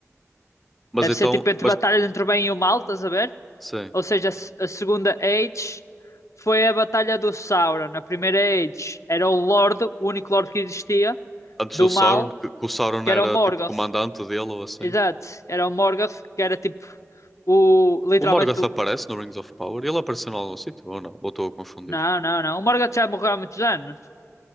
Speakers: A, in the centre; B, on the left.
A: Mas
B: Deve
A: então...
B: ser tipo entre
A: Mas,
B: batalhas entre o bem e o mal, estás a ver?
A: sim.
B: Ou seja, a, se- a segunda Age foi a batalha do Sauron. A primeira Age era o Lorde, o único Lorde que existia,
A: antes
B: do
A: do Sauron,
B: mal,
A: que, que o Sauron
B: que
A: era
B: era o Morgoth.
A: tipo comandante dele ou assim.
B: Exato, era o Morgoth, que era tipo o. Literalmente
A: O Morgoth
B: o.
A: aparece no Rings of Power? Ele apareceu em algum sítio ou não? Ou estou a confundir?
B: Não, não, não. O Morgoth já morreu há muitos anos,